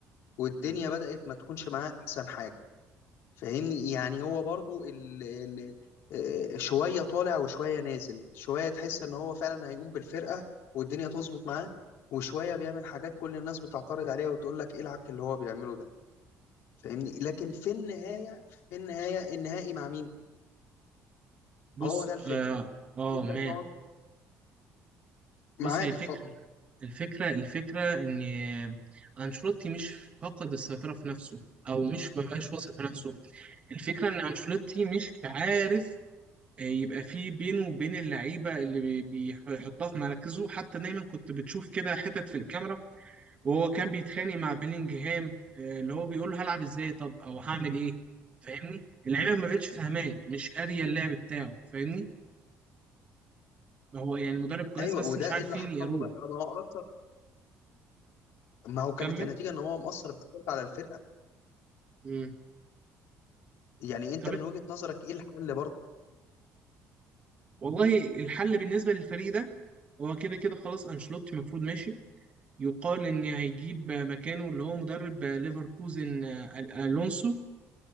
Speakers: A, on the left; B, on the right.
A: والدنيا
B: مم.
A: بدات ما تكونش معاه احسن حاجه فاهمني يعني هو برضو ال ال آه، شويه طالع وشويه نازل شويه تحس ان هو فعلا هيقوم بالفرقه والدنيا تظبط معاه وشويه بيعمل حاجات كل الناس بتعترض عليها وتقول لك ايه العك اللي هو بيعمله ده فاهمني لكن في النهايه في النهايه النهائي مع مين
B: بص
A: هو ده الفكره
B: اه اه
A: انت
B: ما
A: هتقعد
B: بص
A: معاك
B: هي الفكره
A: اتفضل
B: الفكره الفكره ان آه، انشيلوتي مش فقد السيطره في نفسه او مش مبقاش واثق في نفسه الفكره ان انشيلوتي مش عارف آه، يبقى في بينه وبين اللعيبه اللي بي- بيحطها في مراكزه حتى دايما كنت بتشوف كده حتت في الكاميرا وهو كان بيتخانق مع بيلينجهام آه، اللي هو بيقول له هلعب ازاي طب او هعمل ايه فاهمني اللعيبه ما بقتش فاهماه مش قاريه اللعب بتاعه فاهمني هو يعني مدرب كويس
A: ايوه
B: بس
A: وده
B: مش عارفين
A: ايه اللي حصل
B: يقروه
A: له بقى ما هو ما هو كانت
B: كمل
A: النتيجة ان هو مأثر بالسلب على الفرقة
B: مم.
A: يعني انت
B: طب
A: من وجهة نظرك ايه الحل برضه
B: والله الحل بالنسبه للفريق ده هو كده كده خلاص انشيلوتي المفروض ماشي يقال ان هيجيب مكانه اللي هو مدرب ليفركوزن آه، الونسو